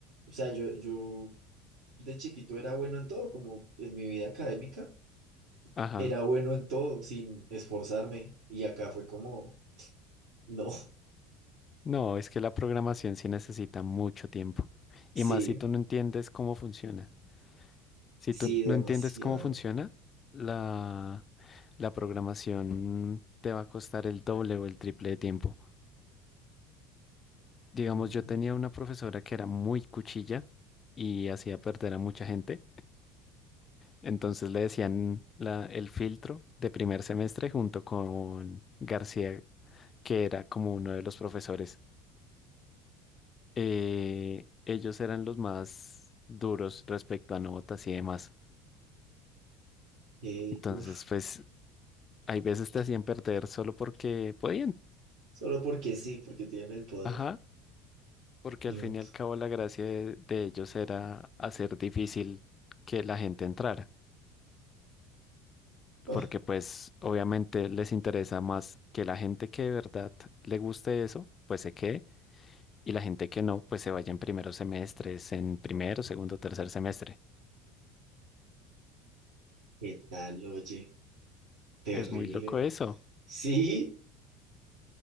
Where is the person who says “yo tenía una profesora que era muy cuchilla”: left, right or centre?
Left